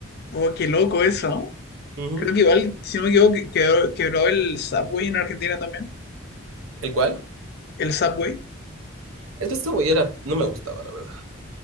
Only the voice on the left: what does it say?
Oh, qué loco eso. ¿no?
Creo que igual, si no me equivoco, que- quebró, quebró el Subway en Argentina también.
El Subway.